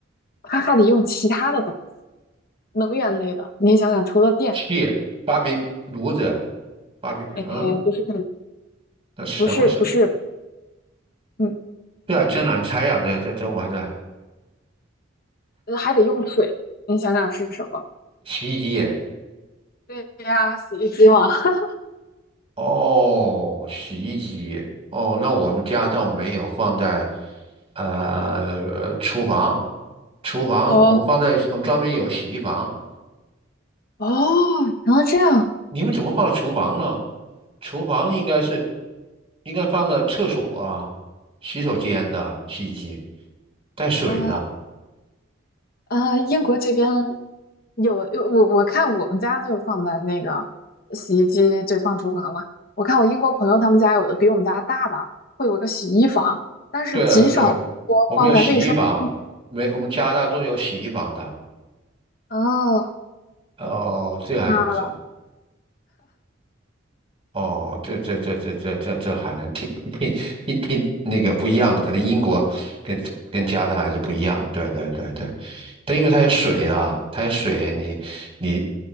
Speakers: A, on the left (about 50°); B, on the right (about 30°).
A: 它还得用其他的东西，能源类的。您想想，除了电。
B: 气，芭比炉子，芭比，
A: 哎，
B: 嗯，
A: 不是
B: 那什么什么？
A: 不是不是，嗯，
B: 这还真难猜呀、这这这我这
A: 还得用水。你想想是什么？
B: 洗衣机，
A: 对呀，洗衣机嘛。<laughs>
B: 哦，洗衣机哦，那我们家倒没有放在呃厨房，厨房我们放在我们专门有洗衣房。
A: 哦哦，然后这样，
B: 你们怎么放厨房了？厨房应该是应该放在厕所啊、洗手间的洗衣机，带水的。
A: 呃呃，英国这边有有我我看我们家就放在那个洗衣机，就放厨房嘛。我看我英国朋友他们家有的比我们家大的，会有一个洗衣房，但是极少说放在卫生间的。
B: 对对，我们有洗衣房，每我们加拿大都有洗衣房的。
A: 哦，
B: 哦，这还这
A: 啊，
B: 哦，这这这这这这这还能挺挺挺挺那个不一样的，可能英国跟跟加拿大还是不一样。对对对对，但因为它有水的，它有水，你你